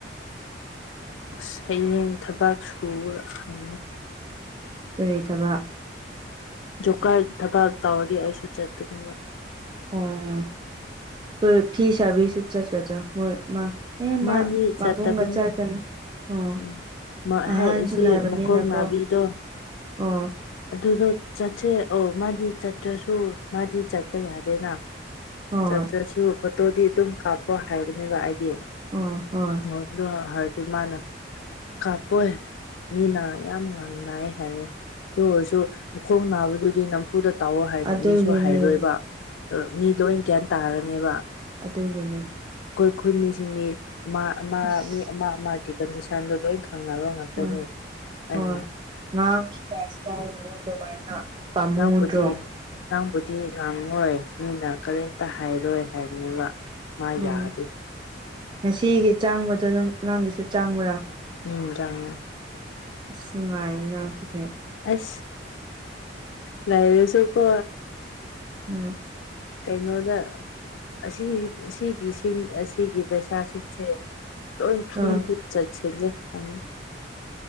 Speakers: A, on the left; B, on the right.
A: ꯑꯁ ꯍꯌꯦꯡ ꯊꯕꯥꯛ ꯁꯨꯔꯒ ꯂꯩꯅꯤ
B: ꯀꯔꯤ ꯊꯕꯛ
A: ꯖꯣꯀꯥꯠ ꯊꯕꯛ ꯇꯧꯔꯤꯗꯤ ꯑꯩꯁꯨ ꯆꯠꯀꯅꯤꯕ
B: ꯑꯣ ꯑꯩꯈꯣꯏ ꯐꯤ ꯁꯥꯕꯤꯁꯨ ꯆꯠꯀꯗ꯭ꯔꯥ ꯃꯣꯏ ꯃꯥ ꯑꯦꯃ
A: ꯃꯥꯗꯤ
B: ꯃꯕꯨꯡꯒ
A: ꯆꯠꯇꯕꯅꯦ
B: ꯆꯥꯀꯅꯤ ꯑꯣ
A: ꯎꯝ ꯃꯥ
B: ꯑꯍꯥꯟꯁꯨ
A: ꯍꯦꯛ ꯑꯁꯤ
B: ꯂꯩꯥꯏꯕꯅꯤꯅꯀꯣ
A: ꯃꯈꯣꯡ ꯅꯥꯕꯤꯗꯣ
B: ꯑꯣ
A: ꯑꯗꯨꯗꯣ ꯆꯠꯁꯦ ꯑꯣ ꯃꯥꯗꯤ ꯆꯠꯇ꯭ꯔꯁꯨ ꯃꯥꯗꯤ ꯆꯠꯄ ꯌꯥꯗꯦꯅ
B: ꯍꯣꯏ
A: ꯆꯠꯇ꯭ꯔꯁꯨ ꯐꯣꯇꯣꯗꯤ ꯑꯗꯨꯝ ꯀꯥꯞꯄ ꯍꯥꯏꯕꯅꯦꯕ ꯑꯩꯗꯤ
B: ꯑꯣ ꯍꯣꯏ
A: ꯍꯣꯏ ꯗꯨ ꯍꯥꯏ ꯍꯥꯏꯔꯗꯤ ꯃꯥꯅ ꯀꯥꯞꯄꯣꯏ ꯃꯤꯅ ꯌꯥꯝ ꯉꯥꯡꯅꯩ ꯍꯥꯏꯌꯦ ꯑꯗꯨ ꯑꯣꯏꯔꯁꯨ ꯃꯈꯣꯡ ꯅꯥꯕꯗꯨꯗꯤ ꯅꯝꯐꯨꯗ ꯇꯧꯔꯣ ꯍꯥꯏꯅ
B: ꯑꯗꯨꯒꯤꯅꯦ
A: ꯃꯤꯁꯨ ꯍꯥꯏꯔꯣꯏꯕ ꯃꯤꯗꯣ ꯑꯩꯅ ꯒ꯭ꯌꯥꯟ ꯇꯥꯔꯅꯦꯕ
B: ꯑꯗꯨꯒꯤꯅꯤ
A: ꯈꯣꯏ ꯈꯣꯏ ꯃꯤꯁꯤꯡꯗꯤ ꯑꯃ ꯑꯃ
B: ꯑꯁ
A: ꯃꯤ ꯑꯃ ꯑꯃꯒꯤ ꯀꯟꯗꯤꯁꯟꯗꯣ ꯂꯣꯏ ꯈꯪꯅꯕ ꯆꯥꯛ
B: ꯎꯝ
A: ꯒ‍꯭ꯔꯅꯤ
B: ꯍꯣꯏ
A: ꯑꯩꯅ‌ <unintelligible>
B: ꯉꯥꯡꯁꯨ ꯀꯥꯏꯁꯨ ꯀꯥꯏ ꯑꯗꯨꯃꯥꯏꯅ ꯄꯥꯝꯃꯨꯗ꯭ꯔꯣ
A: ꯑꯩꯕꯨꯗꯤ ꯅꯪꯕꯨꯗꯤ ꯉꯥꯡꯉꯣꯏ ꯃꯤꯅ ꯀꯔꯤꯝꯇ ꯍꯥꯏꯔꯣꯏ ꯍꯥꯏꯕꯅꯤꯕ ꯃꯥ
B: ꯎꯝ
A: ꯌꯥꯗꯦ
B: ꯉꯁꯤꯒꯤ ꯆꯥꯡꯕꯗꯣ ꯅꯪ ꯅꯪꯒꯤꯁꯨ ꯆꯥꯡꯕ꯭ꯔꯥ
A: ꯎꯝ ꯗ꯭ꯔꯉꯥ
B: ꯅꯨꯉꯥꯏꯅ ꯑꯗꯨꯒ
A: ꯑꯁ ꯂꯩꯔꯁꯨ ꯀꯣ
B: ꯎꯝ
A: ꯀꯩꯅꯣꯗ ꯑꯁꯤ ꯑꯁꯤꯒꯤꯁꯤꯡ ꯑꯁꯤꯒꯤ ꯄꯩꯁꯥꯁꯤꯡꯁꯦ ꯂꯣꯏ ꯊꯨꯟ
B: ꯑꯥ
A: ꯊꯨꯠ <unintelligible>